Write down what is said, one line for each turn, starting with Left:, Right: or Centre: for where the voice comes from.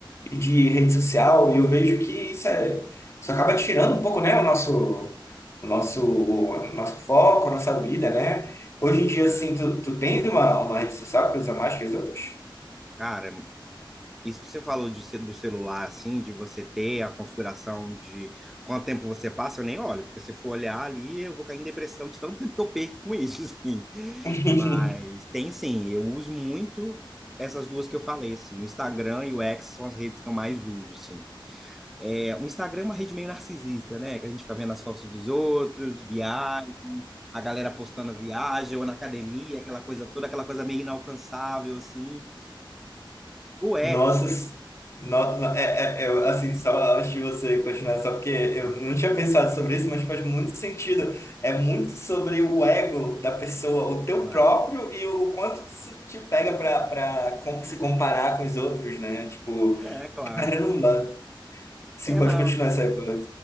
Left: de rede social, e eu vejo que isso, é, isso acaba tirando um pouco, né, o nosso, o
Centre: Ó,
Left: nosso, o nosso foco, a nossa vida, né? Hoje
Centre: é verdade.
Left: em dia, assim, tu, tu tens uma, uma rede social que usa mais que as outras?
Centre: Cara, Isso que você falou de, ce- do celular, assim, de você ter a configuração de quanto tempo você passa, eu nem olho, porque se eu for olhar ali, eu vou cair em depressão de tanto tempo que eu perco com isso, <laughs> assim.
Left: <laughs>
Centre: Mas tem sim, eu uso muito essas duas que eu falei, assim, o Instagram e o X são as redes que eu mais uso, assim. É, o Instagram é uma rede meio narcisista, né? Que a gente fica vendo as fotos dos outros, viagem, a galera postando viagem ou na academia, aquela coisa toda, aquela coisa meio inalcançável, assim. O X,
Left: Nossa, no, no- é, é, é, eu, assim, só antes de você continuar, só porque eu
Centre: aham,
Left: não tinha pensado sobre isso, mas faz muito sentido. É muito sobre o ego da pessoa, o teu
Centre: mas
Left: próprio e o, o quanto isso te pega para para como se comparar com os outros, né? Tipo,
Centre: é claro.
Left: Caramba! Sim,
Centre: É,
Left: pode
Centre: não.
Left: continuar essa época.